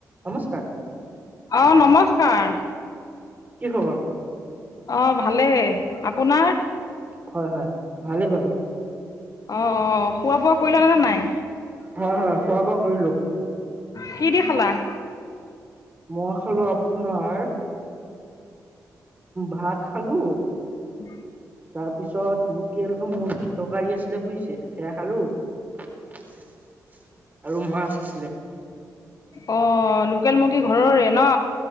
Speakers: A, on the right; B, on the left.
A: নমস্কাৰ-
B: অ নমস্কাৰ-
A: কি খবৰ-
B: অ ভালেই আপোনাৰ
A: হয় হয় ভালেই বাৰু-
B: অ অ খোৱা বোৱা কৰিলা নে নাই-
A: হয় হয় খোৱা বোৱা কৰিলো-
B: কি দি খালা-
A: মই খালো আপোনাৰ ভাত খালো-
B: <unintelligible>
A: তাৰ পিছত লোকেলৰ মুৰ্গীৰ তৰকাৰী আছিলে বুজিছে সেয়া খালো- আৰু মাছ আছিলে-
B: অ লোকেল মুৰ্গী ঘৰৰে ন-